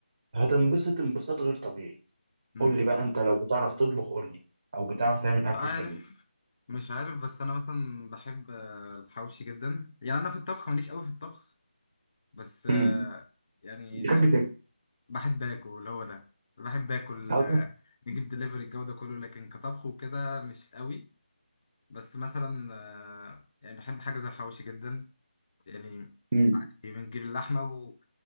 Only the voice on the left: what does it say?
امم
عارف
مش عارف بس انا مثلا بحب آه، الحواوشي جدا يعني انا في الطبخ ماليش قوي في الطبخ بس
آه، يعني
تا-
بحب اكل هو ده بحب اكل
آه، نجيب دليفري الجو ده كله لكن كطبخ وكده مش قوي بس مثلا آه، يعني بحب حاجه زي الحواوشي جدا يعني
بنجيب اللحمه و...